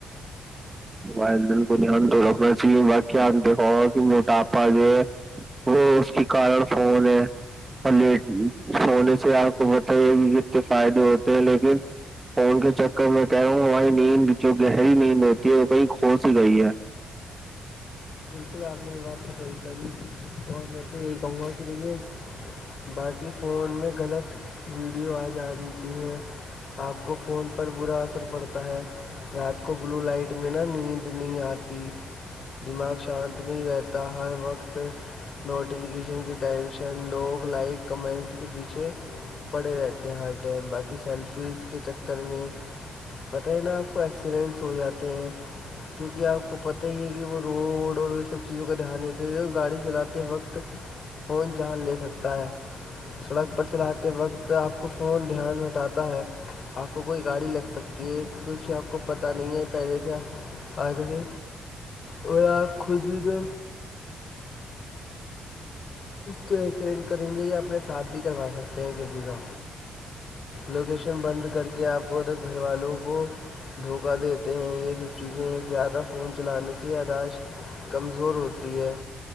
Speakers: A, on the right (about 25°); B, on the left (about 50°).
A: ب د کو تو رکھنا چ بقی آنتے موٹاپہ اپاجے وہ اس کے کارن فون ہے اور سونے سے آپ کو بتے کہ کتنے فائدے ہوتے ہیں لیکن فون کے چکر میں کہہ رہا ہوں ہماری نیند جو گہری نیند ہوتی کہ وہ کہیں کھس ہی رہئی ہے
B: پھر آپ نےری بات تو کہی کبھی اور میں تو یہی کہوں گا کہ دیکھیے باقی فون میں غلط ویڈیو آ جاتی ہیں آپ کو فون پر برا اثر پڑتا ہے رات کو بلو لائٹ میں نا نیند نہیں آتی دماغ سے شانت نہیں رہتا ہر وقت نوٹیفکیشن کی ٹینشن لوگ لائک کمنٹ کے پیچھے پڑے رہتے ہیں ہر ٹائم باقی سیلفیز کے چکر میں پتہ ہے نا آپ کو ایکسیڈنٹس ہو جاتے ہیں کیونکہ آپ کو پتہ ہی ہے کہ وہ روڈ سب چیزوں کا دھیان دیتے ہیں گاڑی چلاتے وقت فون جان لے سکتا ہے سڑک پر چلاتے وقت آپ کو فون دھیان ہٹاتا ہے آپ کو کوئی گاڑی لگ سکتی ہے کچھ آپ کو پتہ نہیں ہے پہلے سے آ تھے اور کود بھی تو تو ایکسریینٹ کریں گے یا اپنے ساتھ بھی کروا سکتے ہیں کسی کا لوکیشن بند کر کے آپ کو گھر والوں کو دھوکہ دیتے ہیں یہ سب چیزیں ہیں زیادہ فون چلانے سے اداش کمزور ہوتی ہے